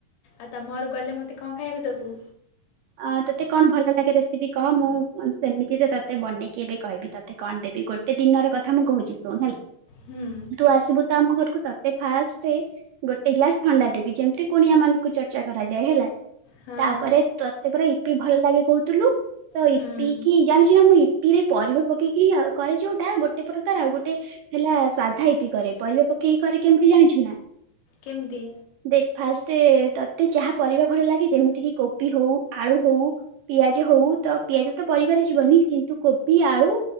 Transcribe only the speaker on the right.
ଆ ତୋତେ କଣ ଭଲ ଲାଗେ ରେସିପି କହ ମୁଁ ସେମିତିରେ ତତେ ବନେଇକି ଏବେ କହିବି ତତେ? ତତେ କଣ ଦେବି ଗୋଟେ ଦିନର କଥା ମୁଁ କହୁଛି ଶୁଣ ହେଲା
ତୁ ଆସିବୁ ତ ଆମ ଘରକୁ ତତେ ଫାଷ୍ଟେ ଗୋଟେ ଗ୍ଲାସ ଥଣ୍ଡା ଦେବି, ଯେମିତି କୁଣିଆ ମାନଙ୍କୁ ଚର୍ଚ୍ଚା କରାଯାଏ ହେଲା,
ତାପରେ ତ ତତେ ପରା ଇପି ଭଲ ଲାଗେ କହୁଥିଲୁ? ତ
ଇପି କିି ଜାଣିଛୁ ନା ଇପିରେ ପରିବା ପକେଇକି ଆଉ କରେ ଯୋଉଟା, ଗୋଟେ ପ୍ରକାର ଆଉ ଗୋଟେ ହେଲା ସାଧା ଇପି କରେ, ପରିବା ପକେଇ କରେ କେମିତି ଜାଣିଛୁ ନା?
ଦେଖେ ଫାଷ୍ଟ ତତେ ଯାହା ପରିବା ଭଲ ଲାଗେ ଯେମିତି କିି କୋବି ହଉ ଆଳୁ ହଉ, ପିଆଜ ହଉ ତ ପିଆଜ ତ ପରିବାରେ ଯିବନି କିନ୍ତୁ କୋବି, ଆଳୁ